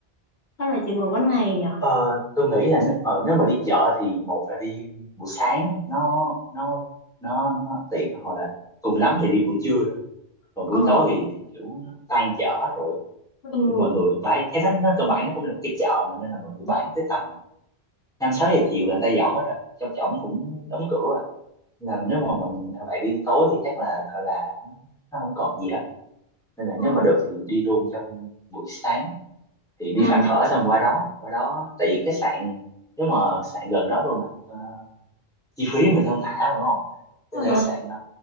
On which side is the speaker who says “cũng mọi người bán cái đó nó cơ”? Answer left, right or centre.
Centre